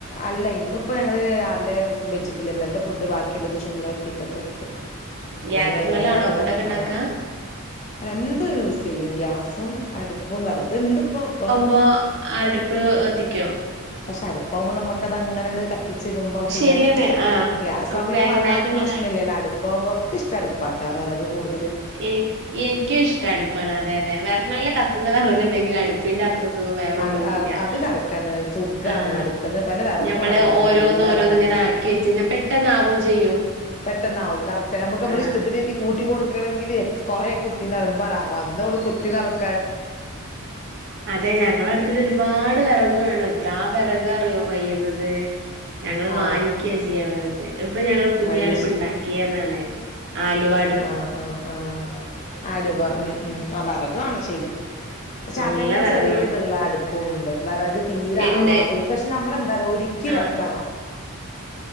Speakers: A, on the left (about 30°); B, on the right (about 50°).
A: അല്ല ഇന്നിപ്പോ ഞങ്ങള് രാവിലെ വെച്ചിട്ടില്ല ഇന്നലത്തെ ഫുഡ് ബാക്കിയുള്ളത് ചൂടാക്കി യിട്ടൊക്കെ എടുത്ത്
B: ഗ്യാസ്മലാണോ
A: ഇനി വൈകുന്നേരം
B: ഫുഡൊക്കെ
A: വെക്കണം
B: ഉണ്ടാക്കുക
A: രണ്ടും യൂസ് ചെയ്യും ഗ്യാസും അടുപ്പും വെറക് ഉണ്ട് ഇപ്പം അപ്പം -
B: ഇപ്പൊ അടുപ്പ് കത്തിക്കോ?
A: പക്ഷെ അടുപ്പാവുമ്പോ നമുക്ക് അത് അങ്ങനാട് - ച്ചിടുമ്പോം പിന്നെ
B: ശരിയാണ് ആഹ്
A: ഗ്യാസ്
B: നമുക്ക്
A: ആകുമ്പോ ഇനി
B: വേഗം
A: മറന്നാലും
B: വേഗം ഇങ്ങനെ
A: പ്രശ്നമില്ലല്ലോ
B: ആ-
A: അടുപ്പ്- ഇപ്പമ്മക് ഇഷ്ടടുപ്പാട്ടാ വിറക് കൂടു
B: എനി എനിക്കും ഇഷ്ടം അടുപ്പാണ് അതെ അതെ വേറെ നല്ല കത്തുന്ന വിറക് ഉണ്ടെങ്കിലും അടുപ്പ- പ്പിന്റെ അത്രസുഖം വേറൊന്നുംല്ല
A: അട്- ആ- അത് കറക്റ്റാണ് സുഖമാണ്
B: ആഹ്
A: അടുപ്പിന് പിന്നെ വിറക്
B: ഞമ്മള്
A: വേണം കേട്ടോ
B: ഓരോന്ന്
A: നല്ല
B: ഓരോന്ന്
A: വിറക്
B: ഇങ്ങനെ ആക്കി വെച്ചെയ്നാൽ പെട്ടന്ന് ആവേം ചെയ്യും
A: പെട്ടെന്നാവും കറക്ട് നമുക്ക് നമ്മള
B: ആഹ്
A: ഇഷ്ടത്തിൽ- കൂട്ടി കൊടുക്കണെങ്കില് <unintelligible>
B: അതെ ഞങ്ങള അടുപ്പിന് ഒരുപാട് വിറക് വേണോ- എത്രാ വിറകാ അറിയോ കഴിയുന്നത് ഞങ്ങള്
A: ആ
B: വാങ്ങിക്കുവ ചെയ്യുന്നത് ഇപ്പൊ ഞങ്ങള് പുതിയ
A: അത്
B: അടുപ്പ് ഉണ്ടാക്കിയതാണ് ആലുവാട്-
A: ആഹ് ആഹ് ആഹ് ആലുവ ഉം ഉം ആഹ് വെറക് വേണം പക്ഷെ അയിന് പക്ഷെ
B: നല്ല
A: അതന്നെ
B: വിറക്
A: ചെറിയ
B: വേണം
A: ഇതുള്ള അടുപ്പുംമുണ്ട് വിറക് തീരാവാത്ത
B: ഇണ്ട്
A: പക്ഷെ നമ്മളെന്തായും- ക്കിവെക്കണം
B: ആഹ് <inaudible>